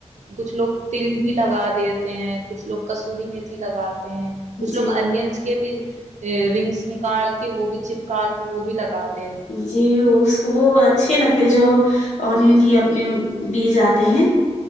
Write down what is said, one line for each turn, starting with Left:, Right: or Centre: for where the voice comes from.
Right: کچھ لوگ تل بھی لگا دیتے ہیں کچھ لوگ کسور میںیتھی لگات ہیں کچھ
Left: جی
Right: لوگ اننس کے بھی ا رنگس <unintelligible> نکال کے وہ بھی چپکا کے وہ بھی لگا د
Left: جی اس کو وہ اچھی لگتے جو اورونین کی اپنے بیج آتے ہیں